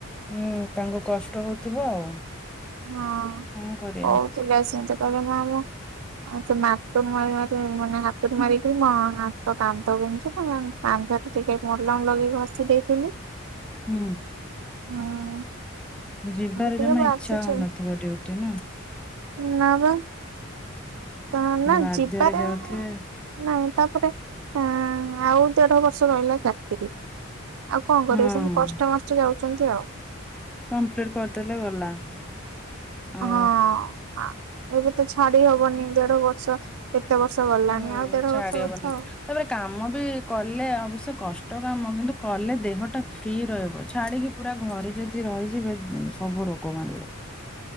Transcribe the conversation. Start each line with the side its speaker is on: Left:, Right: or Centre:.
Centre: ହୁଁ ତାଙ୍କୁ କଷ୍ଟ ହୋଉଥିବ ଆଉ।
Right: ହଁ
Centre: କଣ କରିବା
Right: ହଉ ତୁ ଯାଆ <unintelligible> ଆଉ ସେ ମାର୍ତୁଲ ମାରି ମାରି ମାନେ ହାତୁଡ଼ି ମାରିକି ମୋ ହାତ କାନ୍ଧ ବିନ୍ଧୁଛି <unintelligible> କାନ୍ଧଠି ଟିକେ ମଲମ୍ ଲଗେଇ ଘଷି ଦେଇଥିଲି।
Centre: ହୁଁ
Right: ହୁଁ।
Centre: ଯିବାରେ
Right: ଟିକେ
Centre: ଜମା
Right: ବାଛୁଛି
Centre: ଇଛା ହୋଉନଥିବ ଡ୍ୟୁଟି ନା।
Right: ନା ବା ତ
Centre: ହେଲେ
Right: ନା
Centre: ବାଧ୍ୟରେ
Right: ଯିବାରେ
Centre: ଯାଉଥିବେ
Right: <unintelligible> ନାଇଁ ତାପରେ ଅଁ ଆଉ ଦେଢ଼ ବର୍ଷ ରହିଲା ଚାକିରି। ଆଉ କଣ କରିବେ
Centre: ହଁ
Right: ସେମତି କଷ୍ଟେ ମଷ୍ଟେ ଯାଉଛନ୍ତି ଆଉ।
Centre: କମ୍ପ୍ଲିଟ୍ କରିଦେଲେ ଗଲା। ଆଉ
Right: ହଁ ଆ ଏବେ ତ ଛାଡ଼ି ହବନି ଦେଢ଼ ବର୍ଷ କେ ତେ ବର୍ଷ ଗଲାଣି
Centre: ହୁଁ
Right: ଆଉ ଦେଢ଼
Centre: ଛାଡି
Right: ବର୍ଷ
Centre: ହବନି
Right: କଥା ଆଉ।
Centre: ତାପରେ କାମ ବି କଲେ ଅବଶ୍ୟ କଷ୍ଟ କାମ, କିନ୍ତୁ କଲେ ଦେହଟା ଫ୍ରି ରହିବ ଛାଡ଼ିକି ପୁରା ଘରେ ଯଦି ରହିଯିବେ ଗୁଁ ସବୁ ରୋଗ ମାଡ଼ିବ।